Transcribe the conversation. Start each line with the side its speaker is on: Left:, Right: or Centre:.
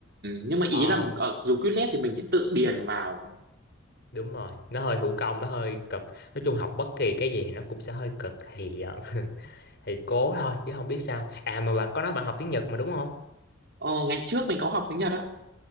Right: nhưng mà ý
Left: Ờm,
Right: là ở dùng Quizlet thì mình phải tự điền vào
Left: đúng rồi nó hơi thủ công nó hơi cực nói chung học bất kỳ cái gì thì nó cũng sẽ hơi cực thì ờ, <laughs> thì cố thôi chứ không biết sao à mà bạn có nói bạn học tiếng Nhật mà đúng không
Right: ờ, ngày trước mình có học tiếng Nhật á